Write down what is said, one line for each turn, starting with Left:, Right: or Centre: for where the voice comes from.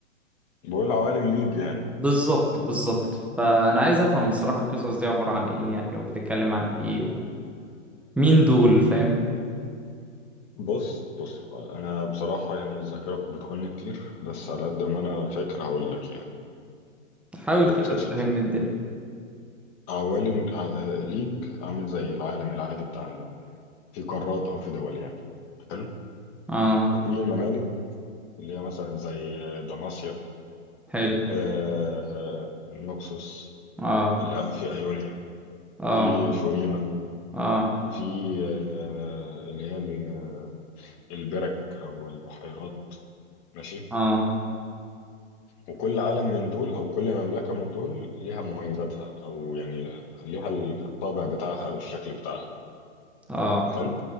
Left: بقول عوالم ليج يعني
Centre: بالظبط بالظبط فانا عايز افهم بصراحه القصص دي عباره عن ايه يعني وبتتكلم عن ايه ومين دول فاهم
Left: بص بص انا بصراحة يعني الذاكرة بت- بتخوني كتير بس على قد ما انا فاكر هقول لك يعني
Centre: حاول
Left: بص
Centre: كده
Left: يا
Centre: تفهمني
Left: سيدي
Centre: الدنيا
Left: عوالم ع- آه، ليج عامل زي العالم العادي بتاعنا ده في قارات او في دول يعني حلو
Centre: اه
Left: ففي ممالك اللي هي مثلا زي دماسيا
Centre: حلو
Left: آه آه، نوكسوس
Centre: اه
Left: لا في ايونيا
Centre: اه
Left: في شوريما
Centre: اه
Left: في آه آه، اللي هي ال- آه، البرك او البحيرات ماشي
Centre: اه
Left: وكل عالم من دول او كل مملكة من دول ليها مميزاتها او يعني ليها الطابع بتاعها او الشكل بتاعها
Centre: اه
Left: حلو